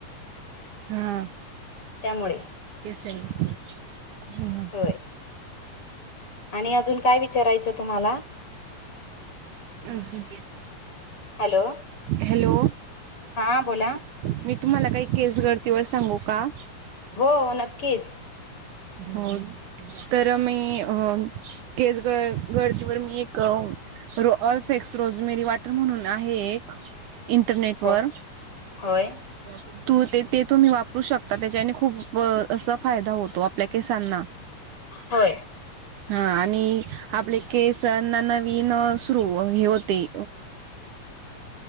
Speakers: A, on the right; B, on the left.
A: हा
B: त्यामुळे
A: ते सेम सेम <unintelligible>
B: होय आणि अजून काय विचारायचं तुम्हाला?
A: असं
B: हॅलो
A: हॅलो,
B: हा बोला
A: मी तुम्हाला काही केस गळतीवर सांगू का?
B: हो नक्कीच.
A: हो न तर मी, अ केस ग गळतीवर मी एक अ र ऑल्फेक्स रोजमेरी वाटर म्हणून आहे एक, इंटरनेटवर
B: हो होय.
A: <inaudible> तू ते ते तुम्ही वापरू शकता त्याच्याने खूप असा फायदा होतो आपल्या केसांना.
B: होय.
A: हा आणि, आपले केसना नवीन सुरू हे होते